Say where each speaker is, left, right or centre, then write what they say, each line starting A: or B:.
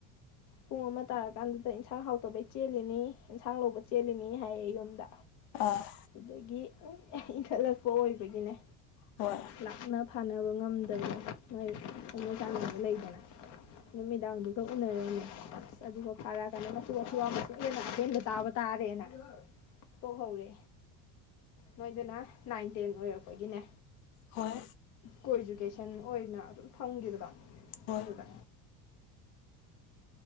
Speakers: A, on the left; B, on the left.
A: ꯄꯨꯡ ꯑꯃ ꯇꯥꯔꯀꯥꯟꯗꯨꯗ ꯏꯟꯁꯥꯡ ꯍꯥꯎꯇꯕꯩ ꯆꯦꯜꯂꯤꯅꯤ ꯏꯟꯁꯥꯡ ꯂꯧꯕ ꯆꯦꯜꯂꯤꯅꯤ ꯍꯥꯏꯌꯦ ꯌꯨꯝꯗ
B: ꯑꫭ꯫
A: ꯑꯗꯨꯗꯒꯤ ꯏꯟꯈꯠꯂꯛꯄ ꯑꯣꯏꯕꯒꯤꯅꯦ꯫
B: ꯍꯣꯏ꯫
A: ꯂꯥꯛꯅ ꯐꯥꯅꯕ ꯉꯝꯗꯅ ꯃꯣꯏ ꯈꯪꯅ ꯆꯥꯟꯅꯕ ꯂꯩꯗꯅ꯫ ꯅꯨꯃꯤꯗꯥꯡꯗꯨꯒ ꯎꯅꯔꯝꯅꯤ ꯑꯁ ꯑꯗꯨꯒ ꯐꯥꯔꯛꯑꯀꯥꯟꯗ <inaudible> ꯇꯥꯔꯦꯅ ꯇꯣꯛꯍꯧꯔꯦ꯫ ꯅꫭꯏꯗꯅ ꯅꯥꯏꯟ ꯇꯦꯟ ꯑꯣꯏꯔꯛꯄꯒꯤꯅꯦ꯫
B: ꯍꯣꯏ꯫
A: ꯀꯣ ꯏꯖꯨꯀꯦꯁꯟ ꯑꯣꯏꯅ ꯑꯗꯨꯝ ꯐꯝꯈꯤꯕꯗꯣ
B: ꯍꯣꯏ
A: ꯑꯗꯨꯗ꯫